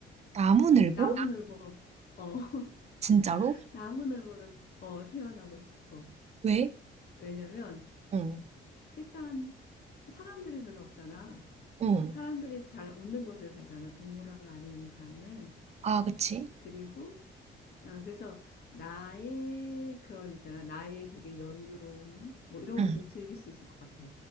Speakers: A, on the right; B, on the left.
A: 나무늘보?
B: 나무늘보. 어, <laughs>
A: 진짜로?
B: 나무늘보로 어, 태어나고 싶어.
A: 왜?
B: 왜냐면
A: 어,
B: 일단 사람들이 별로 없잖아.
A: 어.
B: 사람들이 잘 없는 곳에 살잖아. 동물은 아닌 이상은.
A: 아, 그치?
B: 그리고 어, 그래서 나의 그런 있잖아. 나의 되게 여유로움 뭐 이런
A: 응.
B: 걸 좀 즐길 수 있을 것 같아.